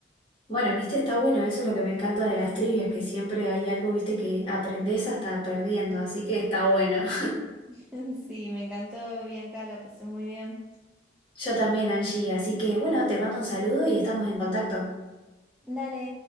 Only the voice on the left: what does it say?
Bueno, viste, está bueno, eso es lo que me encanta de las trivias, que siempre hay algo, viste, que aprendés hasta perdiendo, así que está bueno. <laughs>
Yo también, Angie, así que bueno, te mando un saludo y estamos en contacto.